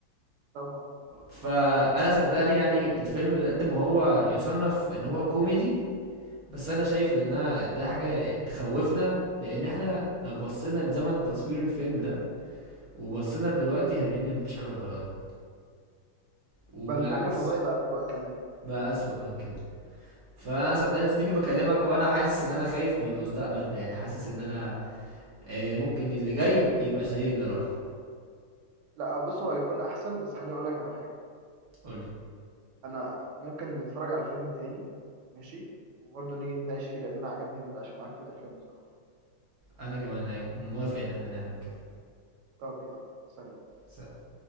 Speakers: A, on the right; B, on the right.
A: طبعا
B: فأنا صدقني يعني الفيلم قد ما هو يصنف إن هو كوميدي بس انا شايف ان انا ده حاجه تخوفنا لان احنا لو بصينا لزمن تصوير الفيلم ده وبصينا لدلوقتي هنلاقي ان مفيش حاجه اتغيرت وبالعكس
A: بل ممكن الموضوع يبقى اسوأ كمان
B: بقى اسوأ من كده فانا صدقني سنيكي بكلمك وانا حاسس ان انا خايف من المستقبل يعني حاسس ان انا آه، ممكن اللي جاي يبقى زي اللي راح
A: لا بص هو هيكون احسن بس خليني اقول لك على حاجه
B: قولي
A: انا ممكن نتفرج على فيلم تاني ماشي وبرضه نيجي نناقش فيه لان انا عجبني المناقشه معاك في الافلام بصراحه
B: انا كمان أنا موافق ان احنا نعمل كده
A: طب يلا سلام
B: سلام